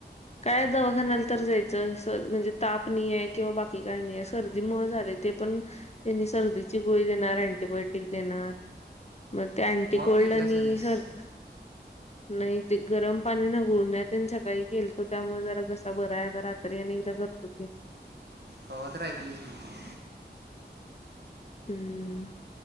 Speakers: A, on the left (about 40°); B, on the right (about 65°).
A: काय दवाखान्याला तर जायचं म्हणजे ताप नाइहाय आहे किंवा बाकी काय नाईहाय सर्दीमुंळ झालयं. ते पण त्यांनी सर्दीची गोळी देणार अंटीबायोटिक देणार. मग अंटी
B: वाफ
A: कोल्ड
B: घेतल्यास
A: आणि
B: का नाहीस
A: सर -- नाही ते गरम पाणी न गुळण्यातेन सकाळी केलतो त्यामुळे जरा घसा बरा हाय आता रात्री आणि करतो की.
B: कवातरी ऐकलीस बघं.
A: हम्म.